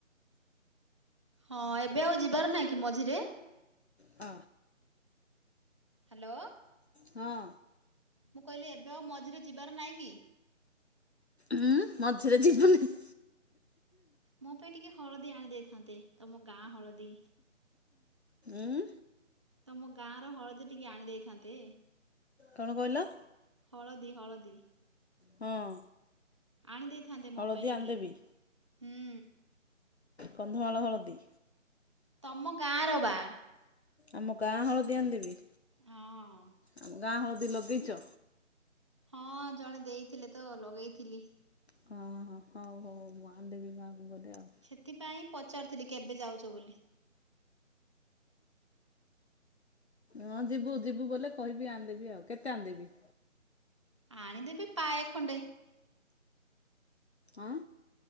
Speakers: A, on the right; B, on the left.
A: ହଁ ଏବେ ଆଉ ଯିବାର ନାହିଁ କି ମଝିରେ?
B: ଅ
A: ହ୍ୟାଲୋ।
B: ହଁ।
A: ମୁଁ କହିଲି ଏବେ ଆଉ ମଝିରେ ଯିବାର ନାହିଁ କି।
B: ଉଁ ମଝିରେ ଯିବନି।
A: ମୋ ପାଇଁ ଟିକେ ହଳଦୀ ଆଣି ଦେଇଥାନ୍ତେ ତମ ଗାଁ ହଳଦୀ।
B: ଉଁ
A: ତମ ଗାଁ ର ହଳଦୀ ଟିକେ ଆଣି ଦେଇଥାନ୍ତେ।
B: କଣ କହିଲ?
A: ହଳଦୀ ହଳଦୀ।
B: ହଁ
A: ଆଣ ଦେଇଥାନ୍ତେ
B: ହଳଦୀ
A: ମୋ ପାଇଁ ଟିକେ
B: ଆଣିଦେବି
A: ହୁଁ।
B: କନ୍ଧମାଳ ହଳଦୀ।
A: ତମ ଗାଁର ବା।
B: ଆମ ଗାଁ ହଳଦି ଆଣିଦେବି।
A: ହଁ
B: ଆମ ଗାଁ ହଳଦୀ ଲଗେଇଛ।
A: ହଁ ଜଣେ ଦେଇଥିଲେ ତ ଲଗେଇଥିଲି।
B: ହଁ ହଁ ହଉ ହଉ ମୁଁ ଆଣିଦେବି ଗାଆଁ କୁ ଗଲେ ଆଉ।
A: ସେଥିପାଇଁ ପଚାରୁଥିଲି କେବେ ଯାଉଛ ବୋଲି।
B: ହଁ ଯିବୁ ଯିବୁ ବୋଲେ କହିବି ଆଣିଦେବି ଆଉ କେତେ ଆଣିଦେବ?
A: ଆଣିଦେବେ ପାଏ ଖଣ୍ଡେ।
B: ଆଁ।